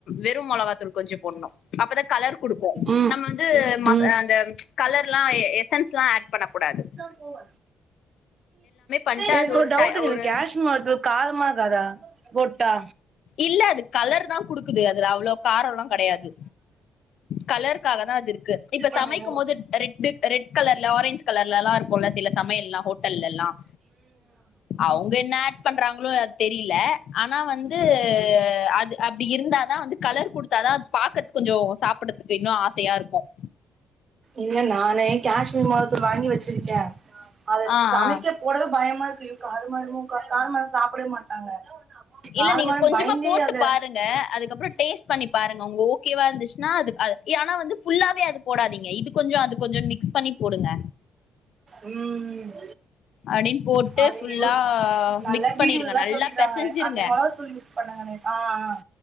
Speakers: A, on the left; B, on the right.
A: வெறும் மெளகாத்தூள் கொஞ்சம் போடணும் அப்பதான் கலர் குடுக்கும்
B: ம்
A: நம்ம வந்து அந்த
B: ம்
A: அந்த கலர் எல்லாம் எசன்ஸ்ல்லாம் ஆட் பண்ணக்கூடாது
B: போ
A: பண்ட்டு
B: எனக்கு
A: அது
B: ஒரு டவுட்டுங்க
A: டை
B: இந்த
A: ஒரு
B: கஷ்மிரி மிளகாத்தூள் காரமாகாதா போட்டா
A: இல்ல அது கலர் தான் குடுக்குது அதுல அவ்வளவு காரம்ல்லா கெடையாது கலருக்காக தான் அது இருக்கு இப்ப
B: ம்
A: சமைக்கும் போது ரெட்டு ரெட் கலர்ல ஆரஞ்ச் கலர்லலாம் இருக்கும்ல்ல சில சமையல்லாம் ஹோட்டல்ல எல்லாம் அவுங்க என்ன ஆட் பண்றாங்களோ அது தெரியல ஆனா வந்து ந்து அது அப்படி இருந்தாதான் வந்து கலர் குடுத்தாதான் அது பாக்குறதுக்கு கொஞ்சம் சாப்புடுறதுக்கு இன்னும் ஆசையா இருக்கும்
B: இல்ல நானே காஷ்மீர் மொளகாத்தூள் வாங்கி வச்சிருக்கே அத
A: ஆ
B: சமைக்க
A: ஆ
B: போடவே பயமா இருக்கு ஐயோ காரமா ஆயிருமோ காரமா சாப்டவே மாட்டாங்க
A: இல்ல
B: காரமான
A: நீங்க கொஞ்சமா
B: பயந்தே
A: போட்டு
B: அத
A: பாருங்க அதுக்கப்புறம் டேஸ்ட் பண்ணி பாருங்க உங்க ஓகேவா இருந்துச்சுன்னா அது அது ஆனா வந்து ஃபுல்லாவே அது போடாதீங்க இது கொஞ்சம் அது கொஞ்சம் மிக்ஸ் பண்ணி போடுங்க
B: உம்
A: அப்டின்னு போட்டு
B: அது
A: ஃபுல்லா
B: யோ நல்ல
A: மிக்ஸ்
B: வீடியோல்லலாம்
A: பண்ணிருங்க நல்லா
B: சொல்லி இருந்தாங்க
A: பெசஞ்சிருங்க
B: அந்த மொளகாத்தூள் பண்ணுங்கன்னு ஆ ஆ